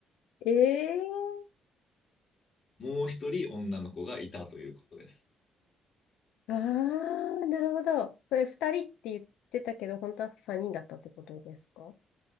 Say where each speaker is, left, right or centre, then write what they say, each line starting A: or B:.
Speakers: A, on the left (about 80°); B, on the left (about 40°).
A: えー、
B: もう一人女の子がいたということです。
A: ああなるほど。それ2人って言ってたけど、本当は3人だったってことですか